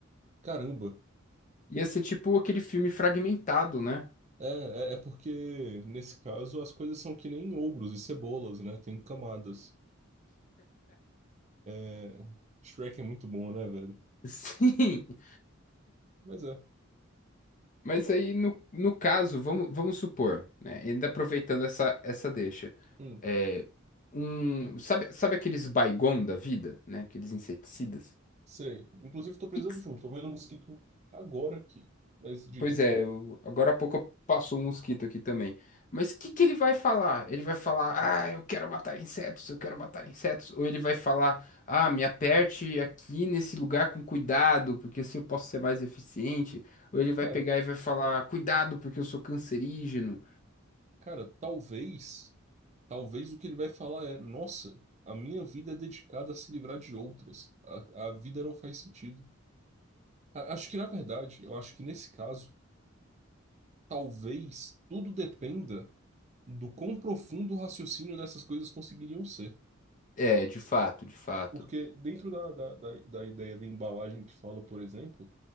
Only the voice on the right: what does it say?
Caramba.
É, é, é porque nesse caso as coisas são que nem ogros e cebolas, né? Tem camadas. É, Shrek é muito bom, né, velho?
Mas é.
Hum.
Sei. Inclusive, tô precisando
de um. Tô vendo um mosquito agora aqui. Mas diga,
cara,
cara, talvez, talvez o que ele vai falar é, nossa, a minha vida é dedicada a se livrar de outras. A, a vida não faz sentido. A- acho que, na verdade, eu acho que nesse caso, talvez tudo dependa do quão profundo o raciocínio dessas coisas conseguiriam ser.
Porque dentro da, da, da, da ideia da embalagem que fala, por exemplo,